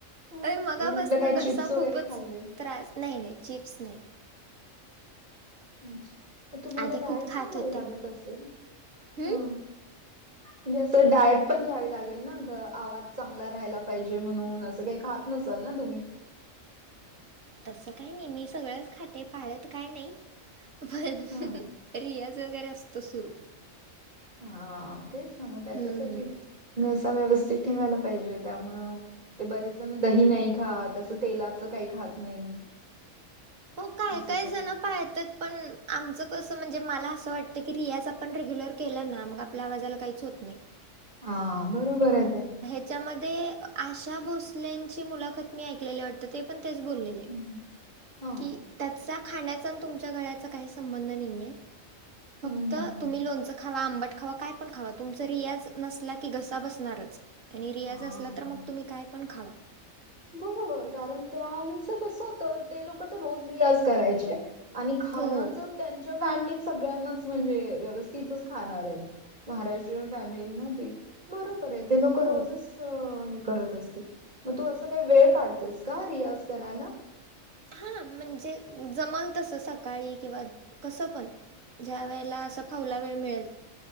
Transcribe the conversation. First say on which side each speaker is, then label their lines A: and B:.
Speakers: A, on the right; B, on the right.
A: हं.
B: अरे मगापासन
A: मी म्हटलं काय चिप्स
B: घसा
A: वगैरे
B: खूपच
A: खाल्ले.
B: त्रास, नाही नाही चिप्स नाही.
A: अच्छा म तुम्हाला
B: आधी
A: डायट
B: खूप खात
A: पण घ्यावी
B: होते
A: लागत असेल.
B: हम्म
A: हा. म्हणजे असं डायट पण घ्यावी लागेल ना ग आवाज चांगला राहायला पाहिजे म्हणून असं काही खात नसाल ना तुम्ही.
B: तस काही नाही मी सगळंच खाते पाळत काय नाही पण
A: हां.
B: रियाज वगैरे असतो सुरू.
A: हा तेच ना मग त्याच्यासाठीच
B: हम्म.
A: घसा व्यवस्थित ठेवायला पाहिजे त्यामुळं ते बरेच जण दही नाही खात, असं तेलाचं काही खात नाही
B: हो काय
A: असं
B: काय
A: सगळं.
B: जण पळतात पण आमचं कसं म्हणजे मला असं वाटतं की रियाज आपण रेग्युलर केला ना मग आपल्या आवाजाला काहीच होत नाही.
A: हा बरोबर आहे ते.
B: त्याच्यामध्ये आशा भोसलेंची मुलाखत मी ऐकलेली वाटते ते पण तेच बोलले.
A: हं, हं. हो.
B: की त्याचा खाण्याचा आणि तुमच्या गळ्याचा काही संबंध नाही आहे फक्त
A: हं, हं.
B: तुम्ही लोणचं खावा, आंबट खावा काय पण खावा तुमचा रियाज नसला की घसा बसणारच. आणि रियाज
A: हां.
B: असलं तर मग तुम्ही काय पण खावा.
A: बरोबर कारण ते आमच कस होत ते लोक तर रोज रियाज करायचे आणि खाण
B: हो
A: तर त्यांच्या फॅमिलीत सगळ्यांनाच म्हणजे व्यवस्थितच खाणार आहेत. महाराष्ट्रीयन फॅमिली ना ती. बरोबर आहे, ते लोक
B: हो
A: रोजच हे करत असतील मग तू असं काही वेळ काढतेस का रियाज करायला?
B: हा म्हणजे जमल तसं सकाळी किंवा कसं पण ज्या वेळेला असा फावला वेळ मिळेल